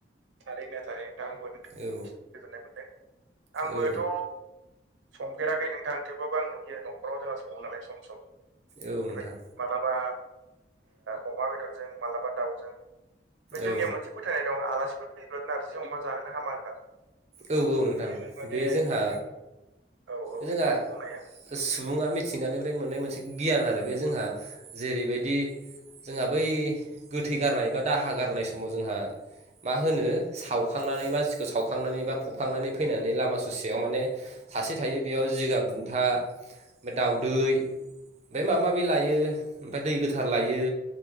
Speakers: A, on the right; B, on the right.
A: थारैनो थारैनो नोंथां आंबो
B: औ
A: गोजोननाय मोनदों आंबोथ'
B: औ
A: संफेराखै नोंथांं थेवबाबो आं नुयो न'खराव जोंहा सङो नालाय सम सम
B: औ नोंथां
A: बेबाय मालाबा अमा ओ बेदरजों मालाबा दाउजों बे जोंनियाव
B: औ
A: मोनसे। फोथायनाय दं आलासिफोर फैयोब्ला नारजि अमा जाहोनो हामा होननानै।
B: औ औ नोंथां
A: बिदिनो माने
B: बे जोंहा
A: मा होनना बुङो। औ औ
B: जोंहा
A: दानि बुंनाया
B: सुबुङा मिथिंगानिफ्राय मोननाय मोनसे गियान आरो बे जोंहा जेरैबायदि जोंहा बै गोथै गारनाय बा दाहा गारनाय समाव जोंहा मा होनो सावखांनानै मानसिखौ सावखांनानै बा फुखांनानै फैनानै लामा ससेयाव माने। सासे थायो बेयाव जिगा बुन्था ओमफ्राय दाउदै ओमफ्राय माबा माबि लायो ओमफ्राय दै गोथार लायो।